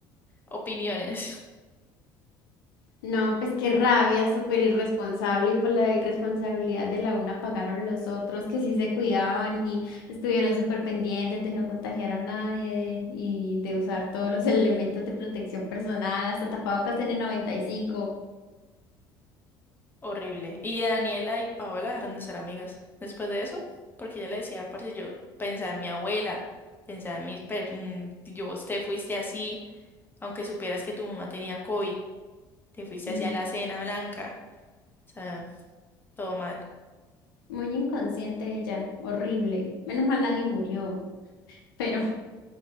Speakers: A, on the left; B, on the left.
A: Opiniones.
B: No, pues qué rabia, súper irresponsable y por la irresponsabilidad de la una pagaron los otros que sí se cuidaban y estuvieron súper pendientes de no contagiar a nadie y de usar todos los <laughs> elementos de protección personal, hasta tapabocas en el 95.
A: Horrible. Y Daniela y Paola dejaron de ser amigas después de eso, porque ella le decía, parce, yo pensaba en mi abuela, pensaba en mis... per- en- yo, vos te fuiste así, aunque supieras que tu mamá tenía COVID, te fuiste
B: Mm,
A: hacia la cena blanca, o sea, todo mal.
B: Muy inconsciente ella, horrible. Menos mal nadie murió, pero,